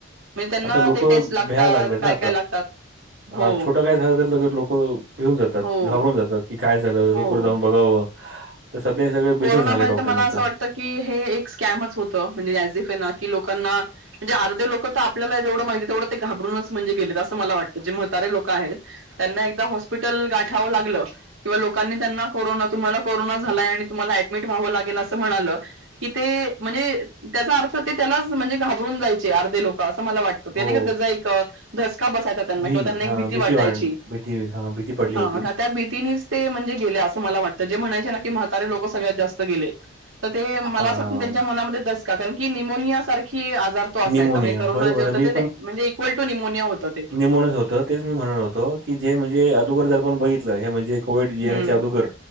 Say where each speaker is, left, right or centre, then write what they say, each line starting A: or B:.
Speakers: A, on the right; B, on the right.
A: म्हणजे त्यांना
B: आता लोक
A: ते टेस्ट लागतात...
B: भ्यायला लागलेत
A: काय
B: ना
A: काय लागतात... हो.
B: हां, छोटं आता काय झालं तर... लोकं भिऊन जातात...
A: हो
B: घाबरून जातात... की काय झालं...
A: हो
B: लौकर जाऊन बघावं तर सध्या हा सगळा
A: कोरोनामध्ये
B: बिझनेस झालाय डॉक्टरांचा.
A: तर मला असं वाटतं की हे एक स्कॅमच होतं... म्हणजे <unintelligible> कि लोकांना म्हणजे अर्धे लोक तर... आपल्याला जेवढं माहिती आहे तेवढं ते... घाबरूनच म्हणजे गेलेत... असं मला वाटतं जे म्हतारे लोकं आहेत त्यांना एकदा हॉस्पिटल गाठावं लागलं... किंवा लोकांनी त्यांना... कोरोना... तुम्हाला कोरोना झालाय आणि तुम्हाला ऍडमिट व्हावं लागेल असं म्हणालं कि ते... म्हणजे... त्याचा अर्थ... ते त्यालाच म्हणजे... घाबरून जायचे... अर्धे लोकं... असं मला वाटतं. ते
B: हो.
A: नई का त्याचा एक धसका बसायचा त्यांना
B: भी
A: किंवा त्यांना एक
B: हां,
A: भीती वाटायची...
B: वाढ भीती हां, भीती पडली
A: हा
B: होती.
A: त्या भीतीनेच ते म्हणजे गेले... असं मला वाटतं. जे म्हणायचे ना की म्हातारे लोकं सगळ्यात जास्त गेले तर ते मला
B: हां,
A: असं वाटतं... त्यांच्या मनामध्ये दसका... का कारण की न्यमोनिया सार की आजार तो असायचा.
B: निमोनिया.
A: म्हणजे करोना
B: बरोबर
A: जे होतं
B: आहे. मी
A: ते म्हणजे इक्वल टू निमोनिया होतं ते.
B: निमोनिया जे होतं तेच मी म्हणल होतो... की जे म्हणजे अदोगर जर आपण बघितलं... हे म्हणजे कोविड येण्याच्या
A: हम्म
B: अदोगर